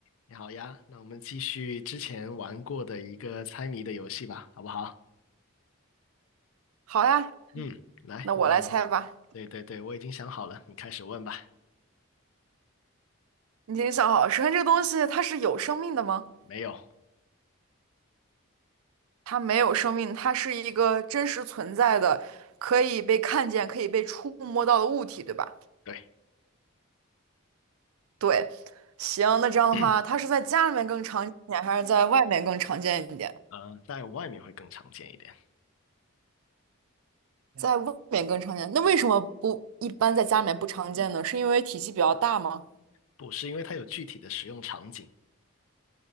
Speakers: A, on the left (about 70°); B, on the right (about 80°).
A: 你好呀，那我们继续之前玩过的一个猜谜的游戏吧，好不好？
B: 好呀，
A: 嗯，来，
B: 那我来猜吧。
A: 那对对对，我已经想好了，你开始问吧。
B: 你已经想好，首先这个东西它是有生命的吗？
A: 没有，
B: 它没有生命，它是一个真实存在的，可以被看见、可以被触摸到的物体，对吧？
A: 对，
B: 对，行，那这样的话，
A: <clears throat>
B: 它是在家里面更常见一点，还是在外面更常见一点？
A: 呃，但外面会更常见一点，
B: 在外面更常见，那为什么不一般在家里面不常见呢？是因为体积比较大吗？
A: 不是因为它有具体的使用场景，